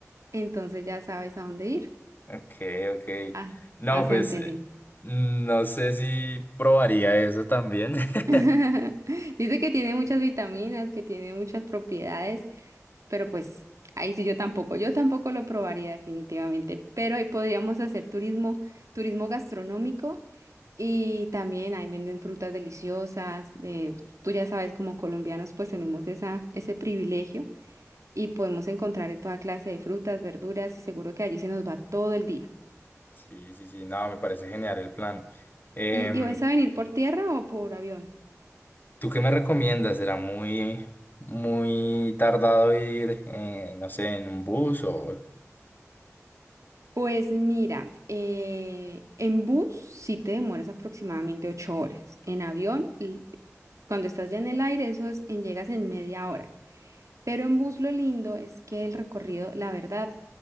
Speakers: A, on the right; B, on the left.
A: entonces ya sabes a dónde ir,
B: Ok, ok.
A: a,
B: No,
A: a Santa
B: pues eh,
A: Elena.
B: no sé si probaría eso también. <laughs>
A: <laughs> Dice que tiene muchas vitaminas, que tiene muchas propiedades Pero pues ahí sí yo tampoco, yo tampoco lo probaría definitivamente, pero ahí podríamos hacer turismo, turismo gastronómico y también ahí venden frutas deliciosas, eh, tú ya sabes, como colombianos pues tenemos esa, ese privilegio y podemos encontrar de toda clase de frutas, verduras y seguro que allí se nos va todo el día.
B: Sí, sí, sí, no, me parece genial el plan. Em,
A: ¿Y, y vas a venir por tierra o por avión?
B: ¿tú qué me recomiendas? ¿Será muy, muy tardado ir, eh, no sé, en un bus o...?
A: Pues mira, eh, en bus sí te demoras aproximadamente ocho horas, en avión l- Cuando estás ya en el aire, eso es en llegas en media hora. Pero en bus lo lindo es que el recorrido, la verdad,